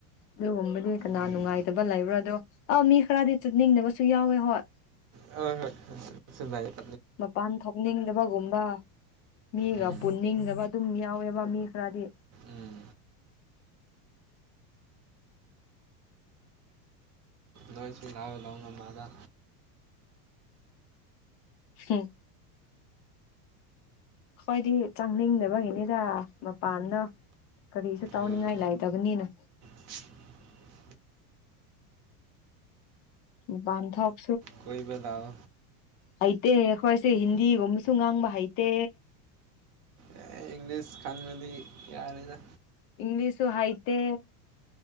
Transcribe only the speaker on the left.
ꯑꯗꯨꯒꯨꯝꯕꯗꯤ ꯀꯅꯥ
ꯅꯨꯡꯉꯥꯏꯇꯕ ꯂꯩꯕ꯭ꯔꯥꯗꯣ ꯑꯥ ꯃꯤ ꯈꯔꯗꯤ ꯆꯠꯅꯤꯡꯗꯕꯁꯨ ꯌꯥꯎꯋꯦ ꯍꯣꯏ
ꯃꯄꯥꯟ ꯊꯣꯛꯅꯤꯡꯗꯕꯒꯨꯝꯕ ꯃꯤꯒ
ꯄꯨꯟꯅꯤꯡꯗꯕ ꯑꯗꯨꯝ ꯌꯥꯎꯋꯦꯕ ꯃꯤ ꯈꯔꯗꯤ
ꯎꯝ ꯈꯋꯥꯗꯤ ꯆꯪꯅꯤꯡꯗꯕꯒꯤꯅꯤꯗ ꯃꯄꯥꯟꯅ ꯀꯔꯤꯁꯨ ꯇꯧꯅꯤꯡꯉꯥꯏ
ꯂꯩꯇꯕꯅꯤꯅ
ꯥꯄꯥꯟꯙꯣꯛ
ꯍꯩꯇꯦ ꯈꯣꯏꯁꯦ ꯍꯤꯟꯗꯤꯒꯨꯝꯕꯁꯨ ꯉꯥꯡꯕ ꯍꯩꯇꯦ
ꯏꯪꯂꯤꯁꯨꯨ ꯍꯥꯏꯇ